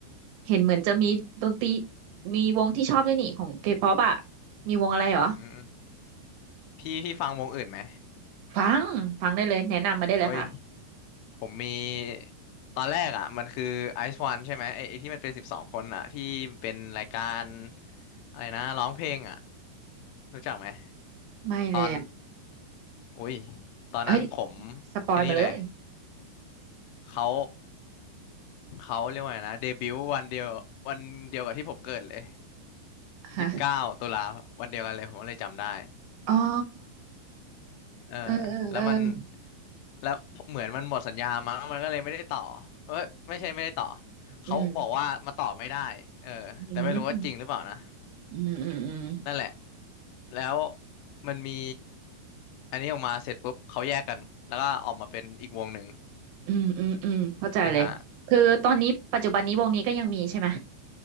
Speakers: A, on the right; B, on the left.
A: เห็นเหมือนจะมีดนตรีมีวงที่ชอบด้วยนี่ของเคป๊อปอ่ะมีวงอะไรเหรอ
B: อืมพี่พี่ฟังวงอื่นไหม
A: ฟังฟังได้เลยแนะนำมาได้เลยค่ะ
B: โอ้ยผมมีตอนแรกอ่ะมันคือไอซ์วันใช่ไหมไอ้ไอ้ที่มันเป็นสิบสองคนอ่ะที่เป็นรายการอะไรนะร้องเพลงอ่ะรู้จักไหม
A: ไม่เลยอ่ะ
B: ตอนอุ้ยตอนนั้นผม
A: เอ้ย สปอยมาเลย
B: ไอ้นนี่เลยเขาเขาเรียกว่าไงนะเดบิวต์วันเดียววันเดียวกับที่ผมเกิดเลย
A: ฮะ
B: ยี่สิบเก้าตุลาวันเดียวกันเลยผมก็เลยจำได้
A: อ๋อ
B: เออ
A: เออเออเออ
B: แล้วมันแล้วเหมือนมันหมดสัญญามั้งมันก็เลยไม่ได้ต่อเอ้ยไม่ใช่ไม่ได้ต่อเขาบอกว่ามันต่อไม่ได้เออแต่ไม่รู้ว่าจริงหรือเปล่านะ
A: อืมอืมอืมอืมอืม
B: นั่นแหละแล้วมันมีอันนี้ออกมาเสร็จปุ๊บเขาแยกกันแล้วก็ออกมาเป็นอีกวงหนึ่ง
A: อืมอืมอืมเข้าใจเลยคือตอนนี้ปัจจุบันนี้วงนี้ก็ยังมีใช่ไหม
B: อ่ะฮะ